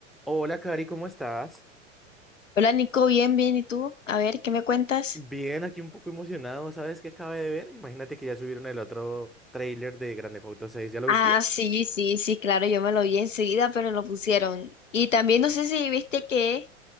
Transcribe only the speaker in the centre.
Hola, Cari, ¿cómo estás?
Bien, aquí un poco emocionado. ¿Sabes qué acabé de ver? Imagínate que ya subieron el otro tráiler de Grand Theft Auto 6. ¿Ya lo viste?